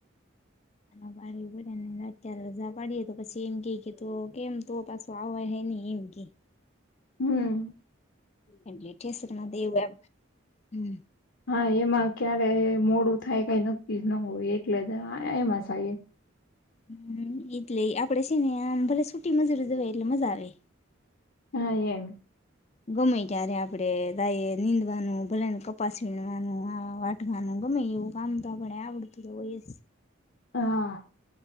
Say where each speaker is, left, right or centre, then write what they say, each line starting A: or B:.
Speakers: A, on the left; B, on the left.
A: બાળ બડને લ્યારે રજા પાડીએ તો પછી એમ કે કે કેમ તો પાછું આવય હ ને એમ કે
B: હમ્મ.
A: એ લેટેસ્ટના દેવ એપ, હમ્મ.
B: હા, એમાં ક્યારે મોડું થાય કઈ નક્કી જ ન હોય એટલે એમાં થ.
A: હમ્મ, એટલે આપડે છે ને આમ ભલે સુટી મજૂરી જવાય એટલે મજા આવે.
B: હા, એમ.
A: ગમે ત્યારે આપડે તાય નીંદવાનું ભલે ને કપાસ વીણવાનું આ વા કાનું ગમે એવું કામ તો આપડે આવડતુંજ હોયજ.
B: હા.